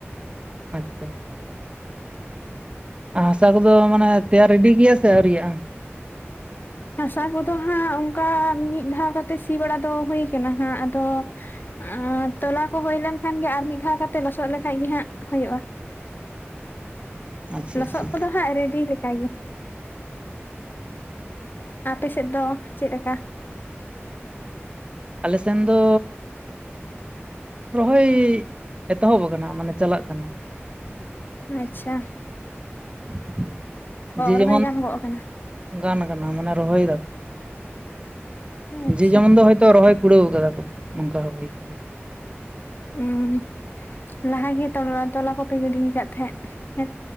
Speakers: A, on the right; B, on the left.
A: ᱟᱪᱪᱷᱟ ᱾ ᱦᱟᱸᱥᱟ ᱠᱚᱫᱚ ᱢᱟᱱᱮ ᱛᱮᱭᱟᱨ ᱨᱮᱰᱤ ᱜᱮᱭᱟ ᱥᱮ ᱟᱹᱣᱨᱤᱭᱟᱜᱼᱟ?
B: ᱦᱟᱸᱥᱟ ᱠᱚᱫᱚ ᱦᱟᱸᱜ ᱚᱱᱠᱟ ᱢᱤᱫ ᱫᱷᱟᱣ ᱠᱟᱛᱮᱜ ᱥᱤ ᱵᱟᱲᱟ ᱫᱚ ᱦᱩᱭ ᱠᱟᱱᱟ ᱦᱟᱸᱜ ᱟᱫᱚ ᱟᱨ ᱛᱚᱞᱟ ᱠᱚ ᱦᱩᱭ ᱞᱮᱱᱠᱷᱟᱱ ᱜᱮ ᱟᱨ ᱢᱤᱫ ᱫᱷᱟᱣ ᱠᱟᱛᱮᱜ ᱞᱚᱥᱚᱫ ᱞᱮᱠᱷᱟᱡ ᱜᱮ ᱦᱟᱸᱜ ᱦᱩᱭᱩᱜᱼᱟ ᱾
A: ᱟᱪᱪᱷᱟ
B: ᱞᱚᱥᱚᱫ
A: ᱟᱪᱪᱷᱟ
B: ᱠᱚᱫᱚ ᱦᱟᱸᱜ ᱨᱮᱰᱤ ᱞᱮᱠᱟ ᱜᱮ ᱾ ᱟᱯᱮ ᱥᱮᱫ ᱫᱚ ᱪᱮᱫ ᱞᱮᱠᱟ?
A: ᱟᱞᱮ ᱥᱮᱱ ᱫᱚ ᱨᱚᱦᱚᱭ ᱮᱛᱚᱦᱚᱵ ᱟᱠᱟᱱᱟ ᱢᱟᱱᱮ ᱾ ᱪᱟᱞᱟᱜ ᱠᱟᱱᱟ ᱾
B: ᱟᱪᱪᱷᱟ ᱾
A: <inaudible> ᱡᱮ ᱡᱮᱢᱚᱱ
B: ᱨᱚᱦᱚᱭ ᱜᱟᱱ ᱜᱚᱜ ᱠᱟᱱᱟ
A: ᱜᱟᱱ ᱠᱟᱱᱟ ᱢᱟᱱᱮ ᱨᱚᱦᱚᱭ ᱫᱟᱠᱚ ᱾
B: ᱟᱪᱪᱷᱟ
A: ᱡᱮ ᱡᱮᱢᱚᱱ ᱫᱚ ᱦᱚᱭᱛᱳ ᱨᱚᱦᱚᱭ ᱠᱩᱲᱟᱹᱣ ᱠᱟᱫᱟ ᱠᱚ ᱱᱚᱝᱠᱟ ᱦᱩᱭ ᱠᱟᱱᱟ ᱾
B: ᱩᱸ ᱞᱟᱦᱟ ᱜᱮ ᱛᱚᱞᱟ ᱛᱚᱞᱟ ᱠᱚᱯᱮ ᱜᱤᱰᱤ ᱟᱠᱟᱛ ᱛᱟᱦᱮᱸᱫ ᱦᱮᱸ?